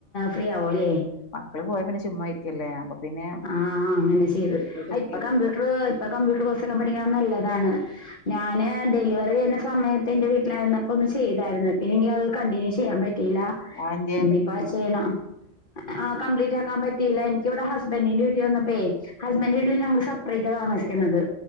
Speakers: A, on the left; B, on the left.
A: ഫ്രീ ആവോല്ലേ
B: മക്കള് പോയ പിന്നെ ചുമ്മാരിക്കല്ലേ അപ്പൊ പിന്നെ
A: ആഹ് ആഹ് അങ്ങനെ ചെയ്ത്
B: ഇതൊക്കെ
A: അഹ് ഇപ്പൊ
B: ചെയ്തു.
A: കമ്പ്യൂട്ടർ ഇപ്പൊ കമ്പ്യൂട്ടർ കോഴ്സൊക്കെ പഠിക്കണം നല്ലതാണ് ഞാന് ഡെലിവറി കഴിഞ്ഞ സ സമയത്ത് എന്റെ വീട്ടിലായിരുന്നപ്പോ ഒന്ന് ചെയ്തായിരുന്നു പിന്നെങ്കിൽ അത് കണ്ടിന്യൂ ചെയ്യാൻ പറ്റിയില്ല
B: ആ എന്ത്യേ
A: ഇനിയിപ്പോ ചെയ്യണം ആഹ് കംപ്ലീറ്റ് ആക്കാൻ പറ്റില്ല എനിക്കിവിടെ ഹസ് ബന്റിന്റെ വീട്ടി വന്നപ്പോ ഹസ്ബന്റിന്റെ വീട്ടിൽ ഞൾ സെപ്പറേറ്റ് താമസിക്കുന്നത്